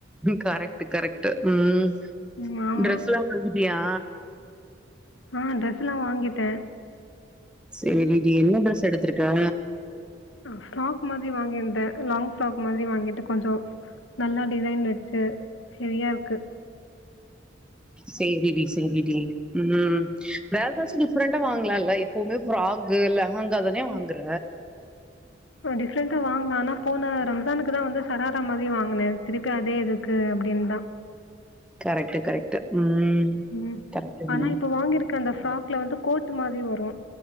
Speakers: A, in the centre; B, on the left.
A: கரெக்ட்டு கரெக்ட்டு ம்
B: ம் ஆமா.
A: டரெஸ்ல்லா வாங்கிட்டியா
B: ஆ ட்ரெஸ்ல்லா வாங்கிட்டே
A: செரிடி என்ன ஃட்ரெஸ் எடுத்திருக்கா
B: ஆ ஃப்ராக் மாதிரி வாங்கியிருந்தே லாங் ஃப்ராக் மாதிரி வாங்கிட்டு கொஞ்சோ நல்லா டிசைன் வச்சு ஹெவியா இருக்கு
A: சேரி டி சேரி டி ம் வேறதாச்சு டிஃப்ரெண்டா வாங்கலால்ல எப்போவுமே ஃப்ராக்கு லஹாங்க தானே வாங்ற
B: டிஃப்ரெண்ட்டா வாங்லா ஆனா போன ரம்ஜானுக்கு தா வந்து சரார மாதிரி வாங்கினே திருப்பி அதே எதுக்கு அப்டின்னுதா
A: கரெக்ட்டு கரெக்ட்டு ம்
B: ம்
A: கரெக்ட்டுங்க
B: ஆனா இப்ப வாங்கிருக் கு அந்த ஃபிராக்ல வந்து கோட் மாதிரி வரு